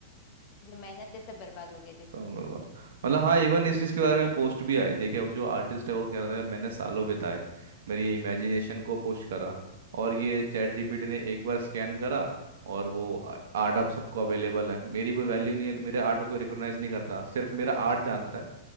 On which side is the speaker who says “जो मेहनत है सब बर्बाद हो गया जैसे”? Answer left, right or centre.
Left